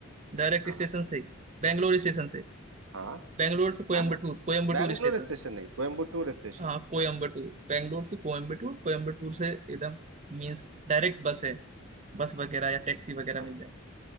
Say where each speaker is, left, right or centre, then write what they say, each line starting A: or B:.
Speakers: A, on the right (about 35°); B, on the right (about 75°).
A: डायरेक्ट स्टेशन
B: हाँ
A: से ही बेंगलोर स्टेशन से
B: हाँ
A: बेंगलोर से कोयम्बटूर
B: हाँ
A: कोयम्बटूर
B: बैंगलोर
A: स्टेशन
B: स्टेशन
A: से
B: नहीं कोयम्बटूर स्टेशन
A: हाँ कोयम्बटूर बेंगलोर से कोयम्बटूर कोयम्बटूर से एकदम मीन्स डायरेक्ट बस है बस वगैरह या टैक्सी वगैरह
B: हाँ
A: मिल जाएगी